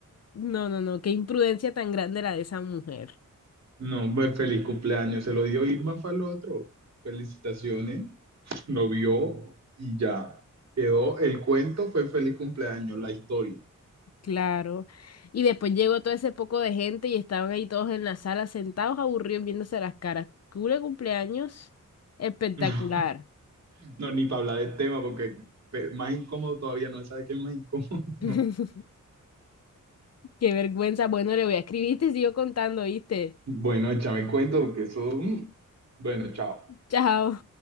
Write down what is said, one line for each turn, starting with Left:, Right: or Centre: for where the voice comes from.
Left: no, no, no, qué imprudencia tan grande la de esa mujer.
Right: No, pues feliz cumpleaños, se lo dio Irma para el otro. Felicitaciones, lo vio y ya. Quedó, el cuento fue feliz cumpleaños, la historia.
Left: Claro. Y después llegó todo ese poco de gente y estaban ahí todos en la sala sentados, aburridos, viéndose las caras. Cule cumpleaños espectacular.
Right: <laughs> No, ni para hablar del tema, porque pe- más incómodo todavía, no se sabe qué es más incómodo. <laughs>
Left: <laughs> Qué vergüenza. Bueno, le voy a escribir y te sigo contando, ¿viste?
Right: Bueno, échame cuento, porque eso... mm. Bueno, chao.
Left: Chao.